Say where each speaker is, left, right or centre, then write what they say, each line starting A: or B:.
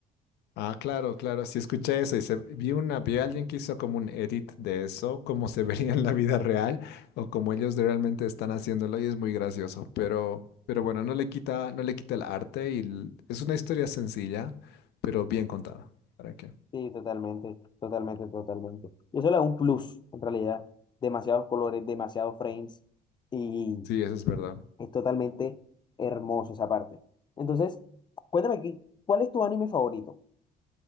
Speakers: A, on the left; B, on the left.
A: Ah, claro, claro, sí escuché eso y se, vi una, vi a alguien que hizo como un edit de eso, como se <laughs> vería en la vida real o como ellos de- realmente están haciéndolo y es muy gracioso, pero, pero bueno, no le quita, no le quita el arte y l- es una historia sencilla, pero bien contada. ¿Para qué?
B: Sí, totalmente, totalmente, totalmente. Y eso le da un plus,
A: Ah,
B: en realidad. Demasiados colores, demasiados frames y
A: Sí, eso es verdad.
B: es totalmente hermoso esa parte. Entonces, cuéntame qué ¿cuál es tu anime favorito?